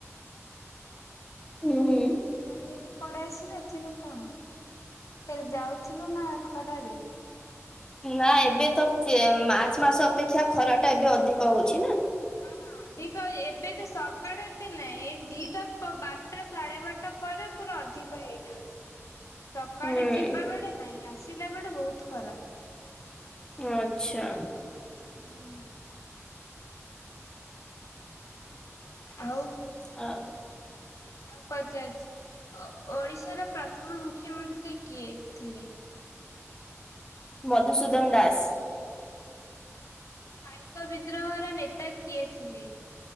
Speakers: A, on the left (about 15°); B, on the left (about 80°).
A: ହୁଁ
B: ସାଇକେଲ ନେଇକି ପଳେଇ ଆସିଲୁ ଏଥିରେ କଣ ଫେର ଯାଉଥିଲୁ ନା ଖରାରେ।
A: ନା ଏବେ ତକ ମାର୍ଚ୍ଚ ମାସ ଅପେକ୍ଷା ଖରା ଟା ଏବେ ଅଧିକ ହଉଛି ନା?
B: ହଁଁ ଅଧିକ ଏବେ ତ ସକାଳେ ଏତେ ନାଇଁ ଦିଟା ବାର ଟା ସାଢେ ବାରଟା ପରେ ପୁର ଅଧିକ ହେଇଯାଉଛି। ସକାଳେ
A: ହୁଁ
B: ଯିବା ବେଳେ ନାଇଁ ଆସିଲା ବେଳେ ବହୁତ ଖରା।
A: ଆଚ୍ଛା।
B: ହୁଁ। ଆଉ
A: ଅ।
B: ଆଉ ପଚାରେ ଓ ଓଡିଶାର ପ୍ରଥମ ମୁଖ୍ୟମନ୍ତ୍ରୀ କିଏ ଥିଲେ?
A: ମଧୁସୂଦନ ଦାସ।
B: ପାଇକ ବିଦ୍ରୋହର ନେତା କିଏ ଥିଲେ?